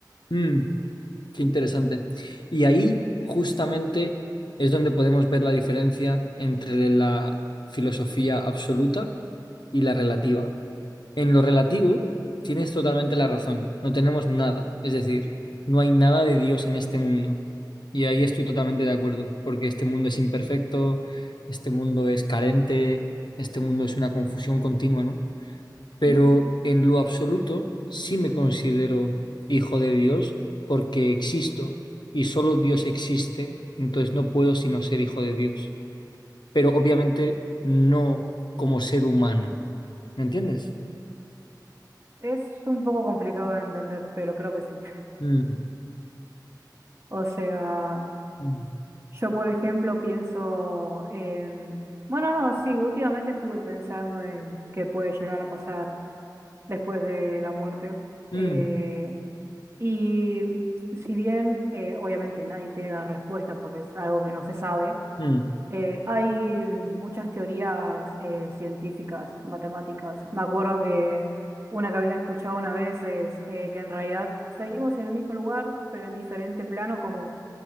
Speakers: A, on the left (about 80°); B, on the right (about 35°).
A: mm. Qué interesante. Y ahí justamente es donde podemos ver la diferencia entre la filosofía absoluta y la relativa. En lo relativo, tienes totalmente la razón, no tenemos nada, es decir, no hay nada de Dios en este mundo. Y ahí estoy totalmente de acuerdo, porque este mundo es imperfecto, este mundo es carente, este mundo es una confusión continua, ¿no? pero
B: Ujú.
A: en lo absoluto sí me considero hijo de Dios porque existo y solo Dios existe, entonces no puedo sino ser hijo de Dios, pero obviamente no como ser humano, ¿me entiendes?
B: Es un poco complicado de entender, pero creo que sí.
A: Mm,
B: O sea...
A: mm,
B: Yo, por ejemplo, pienso en... Bueno, no, sí, últimamente estuve pensando en qué puede llegar a pasar después de la muerte.
A: mm,
B: Eh, y si bien, eh, obviamente, nadie tiene la respuesta porque es algo que no se sabe,
A: mm,
B: eh, hay muchas teorías eh, científicas, matemáticas. Me acuerdo que una que había escuchado una vez es eh, que en realidad seguimos en el mismo lugar, pero en diferente plano, como,